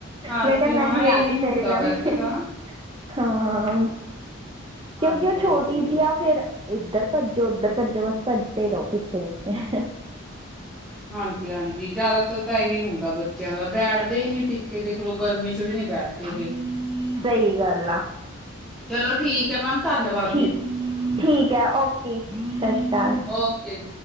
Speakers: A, in the centre; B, on the right.
A: ਹਾਂਜੀ
B: ਮੈਂ ਕਿਹਾ ਮੈਂ
A: ਹਾਂ
B: ਹੀ
A: ਇਹੀ
B: ਆਜੂ ਤੇਰੇ
A: ਹੁੰਦਾ
B: ਲਵੇ
A: ਵੈਸੇ ਤਾਂ
B: <unintelligible> ਕਿਉਂਕਿ
A: ਹਾਂਜੀ
B: ਉਹ
A: ਹਾਂਜੀ।
B: ਛੋਟੀ ਜੀ ਆ ਫੇਰ ਇੱਧਰ ਭੱਜੋ ਉੱਧਰ ਭੱਜੋ ਬਸ ਭੱਜਦੇ ਰਹੋ ਪਿੱਛੇ ਪਿੱਛੇ
A: ਹਾਂਜੀ ਹਾਂਜੀ ਜ਼ਿਆਦਾਤਰ ਤਾਂ ਇਹੀ ਹੁੰਦਾ ਬੱਚਿਆਂ ਦਾ ਪੈਡ <unintelligible> ਦੇਖ ਲੋ ਗਰਮੀ ਚ ਵੀ ਨੀ ਬੈਠਦੇ
B: ਸਹੀ
A: ਇਹ
B: ਗੱਲ ਆ
A: ਚਲੋ ਠੀਕ ਹੈ ਮੈਮ ਧੰਨਵਾਦ
B: ਠੀਕ
A: ਜੀ
B: ਠੀਕ ਹੈ ਓਕੇ ਸਤਿ ਸ਼੍ਰੀ ਅਕਾਲ
A: ਓਕੇ ਜੀ।